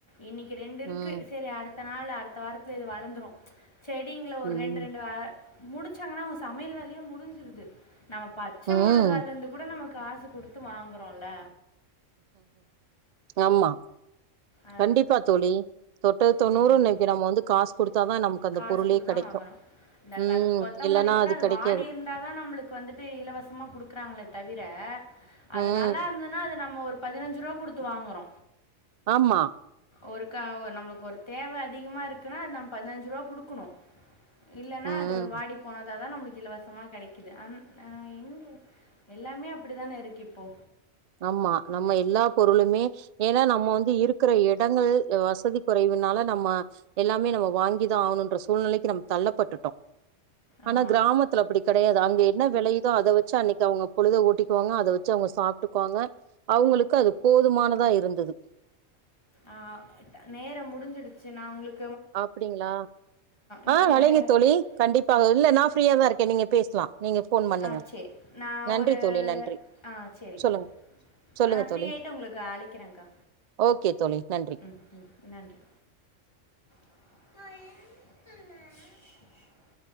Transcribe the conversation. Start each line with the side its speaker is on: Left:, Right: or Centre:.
Left: இன்னக்கி ரெண்டு இருக்கு
Right: ம்
Left: சரி அடு த்த நாள் அடுத்த வாரத்துல இது வளந்துரு செடிங்கள ஒரு
Right: ம்
Left: ரெண்டு ரெண்டு ஆ முடிச்சாங்கன்னா அவங்க சமையல் வேலையே முடிஞ்சிருது நம்ம பச்ச
Right: ம்
Left: மொளகால இருந்து கூட நம்ம காசு குடுத்து வாங்குறோல்ல
Right: ஆமா
Left: ஆ
Right: கண்டிப்பா தோழி தொட்டது தொண்ணூறு
Left: ம்
Right: இன்னைக்கு நம்ம வந்து காசு குடுத்தாதா நமக்கு அந்த
Left: காசு
Right: பொருளே
Left: குடுதா
Right: கெடைக்கு
Left: வாங்கறோ இந்த
Right: ம்
Left: க கொத்தமல்லி
Right: இல்லன்னா
Left: கூட அது
Right: கெடைக்காது
Left: வாடி இருந்தாதா நம்மளுக்கு வந்துட்டு இலவசமா குடுக்குறாங்களே தவிர அது
Right: ம்
Left: நல்லா இருந்ததுன்னா அது நம் ம ஒரு பதினஞ்சு ரூவா குடுத்து வாங்குறோ.
Right: ஆமா
Left: ஒரு க ஒ நம்மளுக்கு ஒரு தேவ அதிகமா இருக்குன்னா அது நம்ம பதினஞ்சு ரூபா குடுக்கணு இல்லன்னா
Right: ம்
Left: அது வாடிப் போன துதா நம்மளுக்கு இலவசமா கெடைக்குது அந் ஆ எங்க எல்லாமே அப்டிதானே இருக்கு இப்போ
Right: ஆமா நம்ம எல்லா பொருளுமே ஏன்னா நம்ம வந்து இருக்குற இடங்கள் ஆ வசதி குறைவுனால நம்ம எல்லாமே நம்ம வாங்கிதா ஆகணுன்ற சூழ்நிலைக்கு நம்ம தள்ளப்பட்டுட்டோ. ஆனா
Left: ஆமாம்
Right: கிராமத்துல அப்படி கெ டையாது அங்க என்ன வெளையுதோ அத வச்சு அன்னைக்கு அவங்க பொழுத ஓட்டிக்குவாங்க அத வச்சு அவங்க சாப் ட்டுக்குவாங்க அவங்களுக்கு அது போதுமானதா இருந்துது.
Left: ஆ நேரோ முடிஞ்சிடுச்சு நா உங்களுக்
Right: அப்டிங்களா
Left: நீங்கள்
Right: ஆ அழைங்க தோழி கண்டிப்பாக இல்ல நான் ஃப்ரீயாதா இருக்கே நீங்க பேசலா. நீங்க ஃபோன் பண்ணுங்க
Left: ஆ சேரி நா
Right: நன்றி
Left: ஒரு
Right: தோழி நன்றி
Left: ஆ சேரிக்கா
Right: சொல்லுங்க சொல்லுங்க
Left: ஆ நா ஃப்ரீ
Right: தோழி
Left: ஆயிட்டு உங்களுக்கு அழைக்கிறேங்க்கா
Right: ஓகே தோழி நன்றி
Left: ம் ம் நன்றி. நாயில்ல